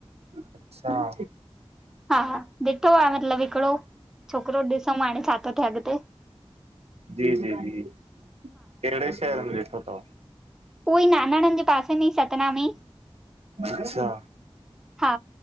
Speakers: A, on the right; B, in the centre.
A: अच्छा।
B: हा ॾिठो आ मतलब‌ हिकड़ो छोकरो ॾिसूं हाणे छा थो थे अॻते।
A: जी जी जी कहिड़े शहर में ॾिठो तव?
B: उहो ई नानाणन जे पासे में ई सतना में
A: अच्छा
B: हा।